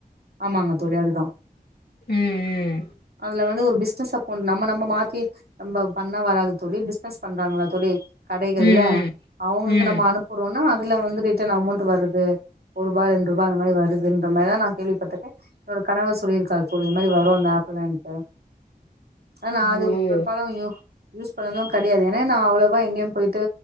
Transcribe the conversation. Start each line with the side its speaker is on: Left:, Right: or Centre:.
Right: ஆமாங்க தோழி அதுதா
Left: ம் ம்
Right: அதுல வந்து ஒரு பிஸ் பிசினஸ் அக்கவுண்ட் நம்ப நம்ப மாத்தி நம்ப பண்ணா வராது தோழி பிஸ்னஸ் பண்றாங்கள தோழி கடைகள்ல
Left: ம், ம்,
Right: அவுங்ளுக்கு
Left: ம்.
Right: நம்ப அனுபுறோனா இதுல வந்துட்டு இத்தன அமௌண்ட் வருது ஒருபா ரெண்ருபா அந்த மாரி வருதுன்றமாரிதா நா கேல்விப் பாத்துட்டு என்னோட கனவர் சொல்லிருக்காரு தோழி இந்த மாரி வரு அந்த ஆப்லண்டு ஆனா
Left: ஓ!
Right: அது இப்ப பாருங்க யு யூஸ் பண்ணது கெடையாது ஏன்னா நா அவ்ளவா எங்கயு பொய்ட்டு